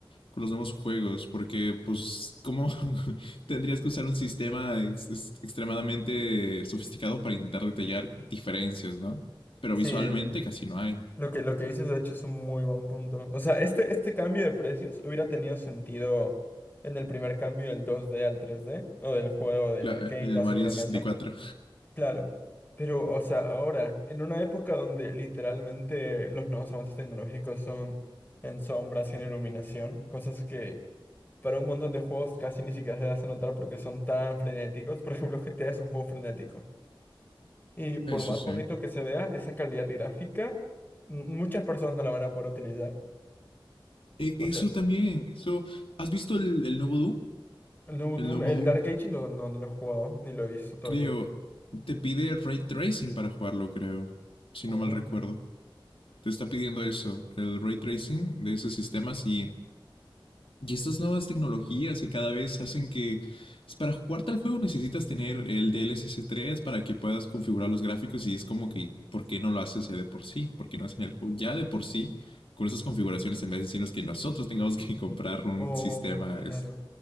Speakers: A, on the left (about 80°); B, on the left (about 20°).
A: con los nuevos juegos porque pues cómo <laughs> tendrías que usar un sistema ex, ex, extremadamente sofisticado para intentar detallar diferencias, ¿no? Pero
B: Sí,
A: visualmente casi no hay.
B: lo que, lo que dices de hecho es un muy buen punto. O sea, este, este cambio de precios hubiera tenido sentido en el primer cambio del dos d al tres d o del juego del
A: claro
B: arcade
A: el
B: a
A: Mario
B: sobremesa.
A: sesenta y cuatro
B: Claro. Pero, o sea, ahora, en una época donde literalmente los nuevos avances tecnológicos son en sombras y en iluminación, cosas que para un montón de juegos casi ni siquiera se hacen notar porque son tan frenéticos. Por ejemplo, GTA es un juego frenético. Y por
A: Eso
B: más
A: sí.
B: bonito que se vea, esa calidad gráfica, m- muchas personas no la van a poder utilizar.
A: E,
B: O
A: eso
B: sea,
A: también, eso ¿Has visto el, el nuevo Doom?
B: el nuevo
A: El
B: Doom,
A: nuevo
B: el
A: Doom
B: Dark Age lo, no, no lo he jugado, ni lo he visto todavía.
A: creo, te pide ray tracing para jugarlo, creo, si
B: Oh,
A: no mal recuerdo. Te está pidiendo eso, el ray tracing de esos sistemas y, y estas nuevas tecnologías que cada vez hacen que pues, para jugar tal juego necesitas tener el DLSS tres para que puedas configurar los gráficos y es como que, ¿por qué no lo haces ya de por sí? ¿Por qué no hacen el juego ya de por sí con esas configuraciones en vez de decirnos que nosotros tengamos que <laughs> comprar un
B: oh,
A: sistema
B: claro.
A: es,